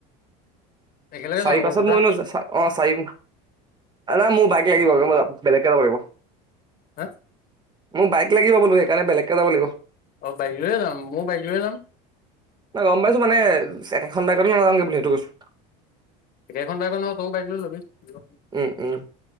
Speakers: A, on the left; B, on the right.
A: একেলগে
B: চাৰি
A: যাম আকৌ
B: পাছত
A: দুটা
B: মইনো অ' চাৰি নাই মোৰ বাইক লাগিব, মই বেলেগকে নাপাৰিব।
A: হা?
B: মোক বাইক লাগিব বোলো সেইকাৰণে বেলেগকে যাব লাগিব।
A: অ', বাইক লৈয়ে যাম। ময়ো বাইক লৈয়ে যাম।
B: গম পাইছো মানে একেখন বাইকতো নাযাওঁগে বুলি সেইটো কৈছো।
A: একেখন বাইকত নহয় গম <unintelligible>
B: উম, উম,